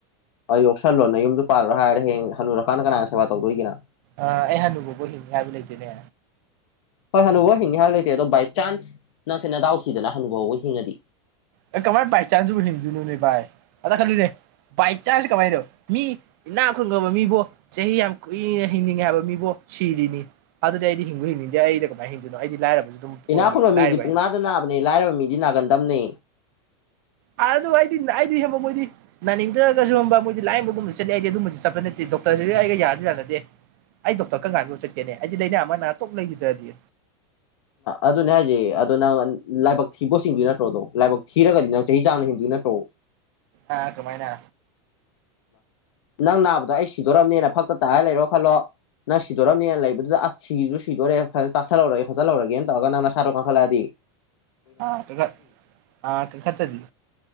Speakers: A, on the left; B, on the right.
A: ꯑꯩ ꯌꯣꯛꯁꯟꯂꯣꯅ ꯌꯨꯝꯗꯨ ꯄꯥꯜꯂꯣ ꯍꯥꯏꯔꯦ ꯍꯡ ꯍꯜꯂꯨꯔꯀꯥꯟꯗ ꯀꯅꯥꯅ ꯁꯦꯕꯥ ꯇꯧꯗꯣꯏꯦꯅ
B: ꯑ ꯑꯩ ꯍꯥꯟꯅꯨꯕꯕꯣ ꯍꯤꯡ ꯍꯥꯏꯕ ꯂꯩꯇꯦꯅꯦ
A: ꯍꯣꯏ ꯍꯅꯨꯐꯥꯎ ꯍꯤꯡꯉꯦ ꯍꯥꯏꯕ ꯂꯩꯇꯦ ꯑꯗꯣ ꯕꯥꯏ ꯆꯥꯟꯁ ꯅꯪꯁꯦꯅ ꯗꯥꯎ ꯊꯤꯗꯅ ꯍꯅꯨꯐꯥꯎꯕ ꯍꯤꯡꯉꯗꯤ
B: ꯑꯦ ꯀꯃꯥꯏꯅ ꯕꯥꯏ ꯆꯥꯟꯁꯁꯤꯕꯨ ꯍꯤꯡꯗꯨꯨꯅꯨꯅꯦ ꯚꯥꯏ ꯑꯗ ꯈꯂꯨꯅꯦ ꯕꯥꯏ ꯆꯥꯟꯁ ꯀꯃꯥꯏꯅꯣ ꯃꯤ ꯏꯅꯥꯛ ꯈꯨꯪꯉꯕ ꯃꯤꯕꯨꯣ ꯆꯍꯤ ꯌꯥꯝ ꯀꯨꯏꯅ ꯍꯤꯡꯅꯤꯡꯉꯦ ꯍꯥꯏꯕ ꯃꯤꯕꯨꯣ ꯁꯤꯔꯤꯅꯤ ꯑꯗꯨꯗꯤ ꯑꯩꯗꯤ ꯍꯤꯡꯕ ꯍꯤꯡꯅꯤꯡꯗꯦ ꯑꯩꯗꯤ ꯀꯃꯥꯏꯅ ꯍꯤꯡꯗꯣꯏꯅꯣ ꯑꯩꯗꯤ ꯂꯥꯏꯔꯕ ꯑꯗꯨꯝ
A: ꯏꯅꯥꯛ
B: ꯑꯣꯏꯔꯤ
A: ꯈꯨꯨꯟꯕ ꯃꯤꯗꯤ ꯄꯨꯡꯅꯥꯗ
B: ꯑꯩ
A: ꯅꯥꯕꯅꯤ ꯂꯥꯏꯔꯕ ꯃꯤꯗꯤ ꯅꯥꯒꯟꯗꯝꯝꯅꯤ
B: ꯑ ꯑꯗꯨꯗꯣ ꯑꯩꯗꯤ ꯑꯩꯗꯤ ꯍꯕ ꯃꯣꯏꯗꯤ ꯅꯥꯅꯤꯡꯗ꯭ꯔꯒꯁꯨ ꯍꯕ ꯃꯣꯏꯗꯤ ꯂꯥꯏꯌꯦꯡꯕꯒꯨꯝꯕ ꯆꯠꯂꯤ ꯑꯩꯗꯤ ꯑꯗꯨꯝꯕꯁꯨ ꯆꯠꯄ ꯅꯠꯇꯦ ꯗꯣꯛꯇꯔꯁꯤꯗꯤ ꯑꯩꯒ ꯌꯥꯁꯤ ꯌꯥꯥꯟꯅꯗꯦ ꯑꯩ ꯗꯣꯛꯇꯔ ꯀꯔ ꯍꯥꯟꯕ ꯆꯠꯀꯦꯅꯦ ꯑꯩꯁ ꯂꯥꯏꯅꯥ ꯑꯃꯅꯇꯣꯛꯞ ꯂꯩꯈꯤꯗ꯭ꯔꯗꯤ
A: ꯑꯗꯨꯅꯦ ꯍꯥꯏꯁꯦ ꯑꯗꯣ ꯅꯪ ꯂꯥꯏꯕꯛ ꯊꯤꯕ ꯍꯁꯤꯡꯗꯣꯏ ꯅꯠꯇ꯭ꯔꯣꯗꯣ ꯂꯥꯏꯕꯛ ꯊꯤꯔꯒꯗꯤ ꯅꯪ ꯆꯍꯤ ꯆꯥꯡꯅ ꯍꯤꯡꯗꯣꯏ ꯅꯠꯇ꯭ꯔꯣ
B: ꯑꯥ ꯀꯃꯥꯏꯅꯥ
A: ꯅꯪ ꯅꯥꯕꯗꯣ ꯑꯩ ꯁꯤꯗꯣꯔꯝꯅꯦꯅ ꯐꯛꯇ ꯇꯥꯔ ꯂꯩꯔꯣ ꯈꯜꯂꯣ ꯅꯥ ꯁꯤꯗꯣꯔꯝꯅꯦ ꯂꯩꯕꯗꯨ ꯑ ꯁꯤꯁꯨ ꯁꯤꯗꯣꯔꯦ ꯐꯖꯅ ꯆꯥꯁꯤꯜꯍꯧꯔꯒꯦꯣꯠꯜꯍꯧꯒꯦ ꯇꯧꯒ ꯅꯪꯅ ꯁꯥꯔꯣ ꯀ ꯀꯥꯡꯈꯠꯂꯛꯑꯗꯤ
B: ꯑꯥ ꯀ ꯑꯥ ꯀ ꯈꯠꯇꯖꯤ